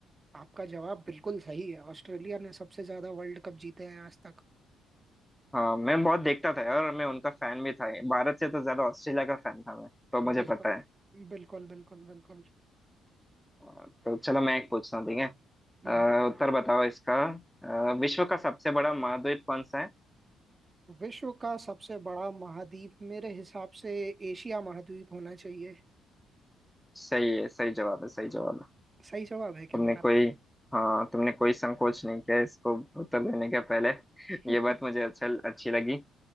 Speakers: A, on the right (about 25°); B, in the centre.
A: आपका जवाब बिल्कुल सही है ऑस्ट्रेलिया ने सबसे ज्यादा वर्ल्ड कप जीते हैं आज तक
B: हाँ मैं बहुत देखता था और मैं उनका फैन भी था भारत से तो ज्यादा ऑस्ट्रेलिया का फैन था मैं तो मुझे
A: बिल्कुल
B: पता है
A: बिल्कुल बिल्कुल बिल्कुल
B: अ, तो चलो मैं एक पूछता हूँ ठीक है अ,
A: हम्म
B: उत्तर बताओ इसका अ, विश्व का सबसे बड़ा महाद्वीप कौन सा है
A: विश्व का सबसे बड़ा महाद्वीप मेरे हिसाब से एशिया महाद्वीप होना चाहिए
B: सही है सही जवाब है सही जवाब है
A: सही जवाब है क्या
B: तुमने
A: मेरा
B: कोई हाँ तुमने कोई संकोच नहीं किया इसको उत्तर देने के पहले
A: <laughs>
B: <laughs> ये बात मुझे अच्छा अच्छी लगी